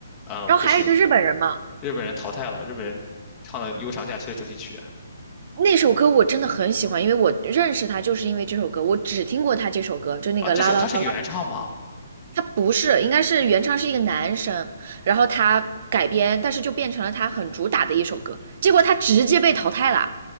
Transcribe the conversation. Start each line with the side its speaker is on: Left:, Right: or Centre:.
Left: 呃不行，
Right: 然后还有一个日本人嘛，
Left: 日本人淘汰了，日本人唱的《悠长假期》的主题曲
Right: 那首歌我真的很喜欢，因为我认识他就是因为这首歌，我只听过他这首歌，就那个啦啦啦啦，
Left: 啊，这首他是原唱吗？
Right: 他不是，应该是原唱是一个男生，然后他改编，但是就变成了他很主打的一首歌，结果他直接被淘汰了。